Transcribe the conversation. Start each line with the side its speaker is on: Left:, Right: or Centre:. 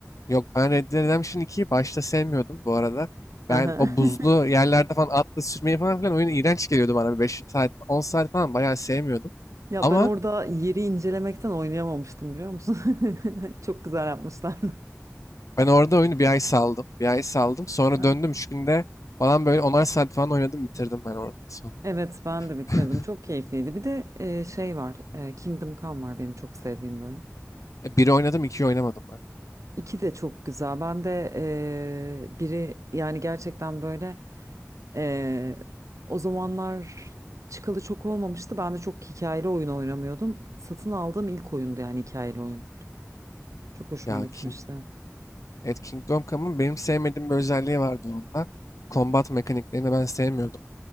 Left: Yok ben Red Dead Redemption 2'yi başta sevmiyordum bu arada.
Right: Aha.
Left: Ben o buzlu
Right: <laughs>
Left: yerlerde falan atla sürmeyi falan filan oyun iğrenç geliyordu bana. beş saat, on saat falan bayağı sevmiyordum.
Right: Ya
Left: Ama
Right: ben orada yeri incelemekten oynayamamıştım biliyor musun? <laughs> Çok güzel yapmışlar.
Left: ben orada oyunu bir ay saldım. Bir ay saldım. Sonra
Right: Ha.
Left: döndüm 3 günde falan böyle onar saat falan oynadım bitirdim ben oradan sonra.
Right: Evet ben de bitirdim.
Left: <laughs>
Right: Çok keyifliydi. Bir de e, şey var. e, Kingdom Come var benim çok sevdiğim bir oyun.
Left: E, Biri oynadım, ikiyi oynamadım ben.
Right: İki de çok güzel. Ben de eee, biri yani gerçekten böyle eee, o zamanlar çıkalı çok olmamıştı. Ben de çok hikayeli oyun oynamıyordum. Satın aldığım ilk oyundu yani hikayeli oyun. Çok hoşuma
Left: Ya
Right: gitmişti.
Left: King, evet, Kingdom Come'ın benim sevmediğim bir özelliği vardı onun da. Combat mekaniklerini ben sevmiyordum.